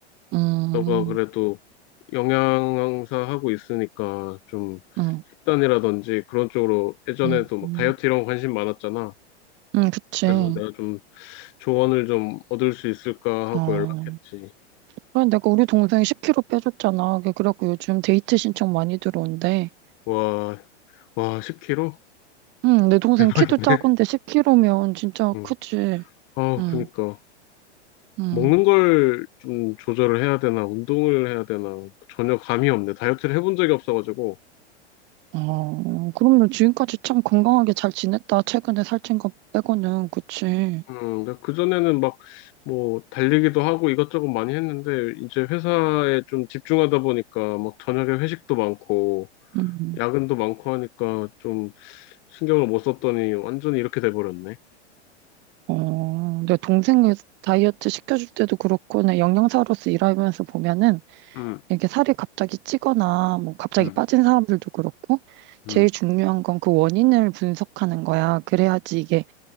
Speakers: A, on the right; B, on the left.
A: 음,
B: 너가 그래도
A: 응
B: 영양사 하고 있으니까, 좀
A: 응
B: 식단이라든지 그런 쪽으로 예전에도
A: 응
B: 막 다이어트 이런 거 관심 많았잖아.
A: 응 그치.
B: 그래서 내가 좀 조언을 좀 얻을 수 있을까 하고
A: 어.
B: 연락했지.
A: 그래, 내가 우리 동생이 10kg 빼줬잖아. 그래 그래갖고 요즘 데이트 신청 많이 들어온대.
B: 와, 와, 10kg?
A: 응, 내 동생
B: <laughs> 대박이네.
A: 키도 작은데 10kg면 진짜
B: 응.
A: 크지.
B: 아,
A: 응,
B: 그니까.
A: 응.
B: 먹는 걸 좀 조절을 해야 되나, 운동을 해야 되나, 전혀 감이 없네. 다이어트를 해본 적이 없어가지고.
A: 어, 그럼 너 지금까지 참 건강하게 잘 지냈다. 최근에 살찐 거 빼고는. 그치.
B: 음, 근데 그전에는 막, 뭐, 달리기도 하고 이것저것 많이 했는데, 이제 회사에 좀 집중하다 보니까, 막, 저녁에 회식도 많고,
A: 응
B: 야근도 많고 하니까, 좀, 신경을 못 썼더니, 완전히 이렇게 돼버렸네.
A: 어, 내 동생이 다이어트 시켜줄 때도 그렇고, 내 영양사로서 일하면서 보면은,
B: 응,
A: 이게 살이 갑자기 찌거나, 뭐, 갑자기
B: 응,
A: 빠진 사람들도 그렇고, 제일
B: 응.
A: 중요한 건 그 원인을 분석하는 거야. 그래야지 이게,